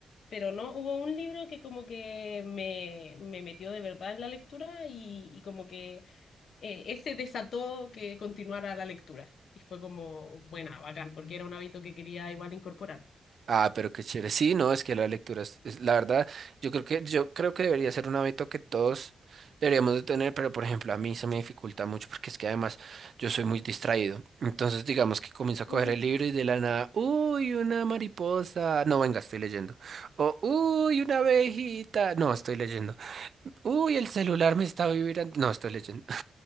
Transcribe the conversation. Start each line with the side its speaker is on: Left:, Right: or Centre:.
Left: pero no, hubo un libro que como que me, me metió de verdad en la lectura y y como que... eh, ese desató que continuara la lectura. Y fue como, buena, bacán, porque era un hábito que quería igual incorporar.
Right: Ah, pero qué chévere. Sí, no, es que la lectura es, es- la verdad, yo creo que, yo creo que debería ser un hábito que todos deberíamos de tener, pero por ejemplo, a mí se me dificulta mucho porque es que además yo soy muy distraído. Entonces, digamos que comienzo a coger
Left: <laughs>
Right: el libro y de la nada, uy, una mariposa. No, venga, estoy leyendo. O, uy, una abejita. No, estoy leyendo. Uy, el celular me está vibrando. No, estoy leyendo.